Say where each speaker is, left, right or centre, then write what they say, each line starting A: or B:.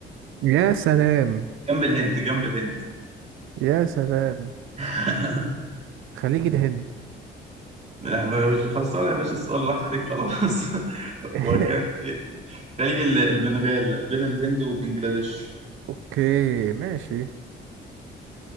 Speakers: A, on the right; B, on the right.
A: يا سلام
B: جنب الهند جنب الهند
A: يا سلام
B: <laughs>
A: خليج الهند
B: لا مش خلصانة يا باشا السؤال راح عليك خلاص <laughs>
A: <laughs>
B: وكان خليج ال- البنغال بين الهند وبنجلاديش
A: أوكي ماشي